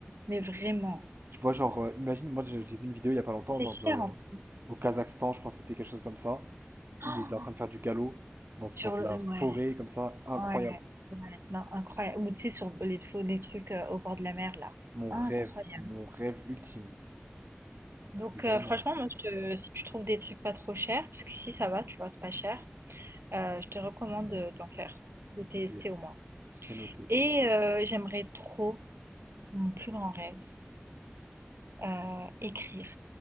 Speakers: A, on the right; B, on the right.
A: Mais vraiment.
B: Tu vois, genre, euh, imagine, moi j'ai j'ai vu une vidéo il y a pas longtemps,
A: C'est
B: genre
A: cher en plus.
B: au Kazakhstan, je crois que c'était quelque chose comme ça. Il
A: Oh,
B: était en train de faire du galop dans,
A: Sur
B: dans de
A: le
B: la
A: ouais,
B: forêt, comme ça, incroyable.
A: ouais, ouais, non, incroyable. Ou tu sais, sur les, faux- les trucs euh, au bord de la mer, là.
B: Mon
A: Incroyable.
B: rêve, mon rêve ultime.
A: Donc,
B: Mais Vraiment,
A: euh, franchement, moi, je te- si tu trouves des trucs pas trop chers, parce que si ça va, tu vois, c'est pas cher, euh, je te recommande de- d'en faire, de tester
B: ok,
A: au moins.
B: c'est noté.
A: Et euh, j'aimerais trop, mon plus grand rêve, euh, écrire.